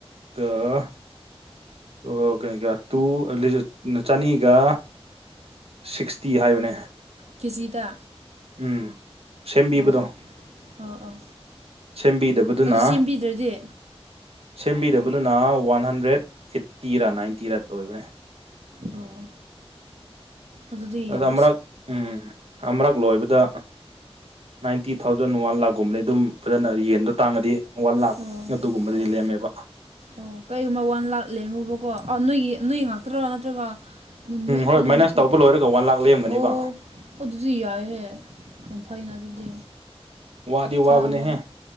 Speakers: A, on the right; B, on the right.
A: <unintelligible> ꯂꯤ ꯆꯅꯤꯒ ꯁꯤꯛꯁꯇꯤ ꯍꯥꯏꯕꯅꯦ
B: ꯀꯦꯖꯤꯗ
A: ꯎꯝ ꯁꯦꯝꯕꯤꯕꯗꯣ
B: ꯑꯣ ꯑꯣ ꯑꯣ
A: ꯁꯦꯝꯕꯤꯗꯕꯗꯨꯅ
B: ꯑꯗꯨ ꯁꯦꯝꯕꯤꯗ꯭ꯔꯗꯤ
A: ꯁꯦꯝꯕꯤꯗꯕꯗꯨꯅ ꯋꯥꯟ ꯍꯟꯗ꯭ꯔꯦꯗ ꯑꯦꯠꯇꯤꯔꯥ ꯅꯥꯏꯟꯇꯤꯔꯥ ꯑꯣꯏꯕꯅꯦ
B: ꯑꯣ ꯑꯗꯨꯗꯤ
A: ꯑꯗꯣ
B: ꯌꯥꯝ
A: ꯑꯃꯔꯛ ꯎꯝ ꯑꯃꯔꯛ ꯂꯣꯏꯕꯗ ꯅꯥꯏꯟꯇꯤ ꯊꯥꯎꯖꯟ ꯋꯥꯟ ꯂꯥꯛꯈꯀꯨꯝꯕꯅꯤ ꯑꯗꯨꯝ ꯐꯖꯅ ꯌꯦꯟꯗꯣ ꯇꯥꯡꯉꯗꯤ ꯋꯥꯟ ꯂꯥꯛꯈ
B: ꯑꯣ
A: ꯑꯗꯨꯒꯨꯝꯕꯗꯤ
B: ꯑꯣ
A: ꯂꯦꯝꯃꯦꯕ
B: ꯑꯣ ꯀꯩꯒꯨꯝꯕ ꯋꯥꯟ ꯂꯥꯛꯈ ꯂꯦꯝꯍꯧꯕꯀꯣ ꯑꯣ ꯅꯣꯏꯒꯤ ꯅꯣꯏ ꯉꯥꯛꯇꯔꯣ ꯅꯠꯇ꯭ꯔꯒ ꯎꯝ ꯅꯣꯏ
A: ꯍꯣꯏ
B: ꯀꯩꯅꯣ
A: ꯃꯥꯏꯅꯁ
B: ꯎꯝ
A: ꯇꯧꯕ ꯂꯣꯏꯔꯒ ꯋꯥꯟ ꯂꯥꯛ ꯂꯦꯝꯒꯅꯦꯕ
B: ꯑꯣ ꯑꯗꯨꯗꯤ ꯌꯥꯏꯍꯦ ꯌꯥꯝ ꯐꯩꯅ ꯑꯗꯨꯗꯤ
A: ꯋꯥꯗꯤ
B: ꯊꯥ
A: ꯋꯥꯕꯅꯦꯍꯦ
B: ꯑꯃꯗ